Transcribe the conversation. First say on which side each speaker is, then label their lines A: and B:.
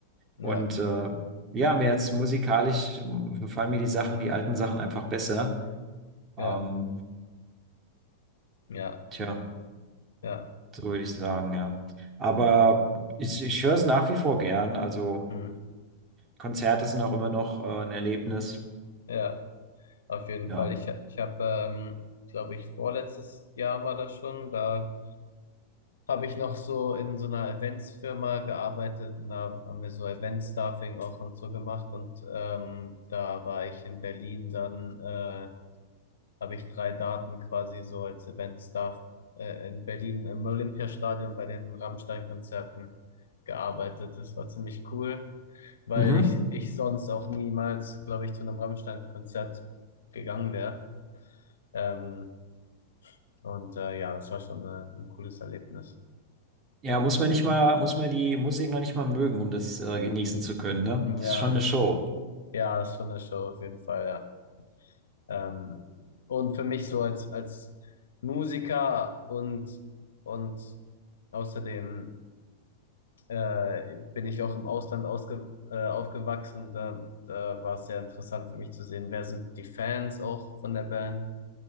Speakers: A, on the left; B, on the right.
A: Ja,
B: Und äh, ja, mir jetzt musikalisch ähm, gefallen mir die Sachen, die alten Sachen einfach besser.
A: ja,
B: Ähm,
A: ja,
B: tja,
A: ja,
B: so würde ich sagen, ja. Aber ich, ich höre es nach wie vor gern. Also
A: mm,
B: Konzerte sind auch immer noch äh, ein Erlebnis.
A: ja. Auf jeden
B: Ja.
A: Fall. Ich, ich habe, ähm, glaube ich, vorletztes Jahr war das schon da. habe ich noch so in so einer Eventsfirma gearbeitet und da haben wir so Event-Staffing auch und so gemacht und ähm, da war ich in Berlin, dann äh, habe ich drei Daten quasi so als Event-Staff äh, in Berlin im Olympiastadion bei den Rammstein-Konzerten gearbeitet. Das war ziemlich cool, weil
B: Mhm.
A: ich, ich sonst auch niemals, glaube ich, zu einem Rammstein-Konzert gegangen wäre. Ähm, und äh, ja, das war schon äh, ein cooles Erlebnis.
B: Ja, muss man nicht mal, muss man die Musik noch nicht mal mögen, um das äh, genießen zu können, ne?
A: <laughs>
B: Das
A: Ja.
B: ist schon eine Show.
A: Ja, ist schon eine Show auf jeden Fall, ja. Ähm, und für mich so als, als Musiker und, und außerdem äh, bin ich auch im Ausland ausge, äh, aufgewachsen. Da, da war es sehr interessant für mich zu sehen, wer sind die Fans auch von der Band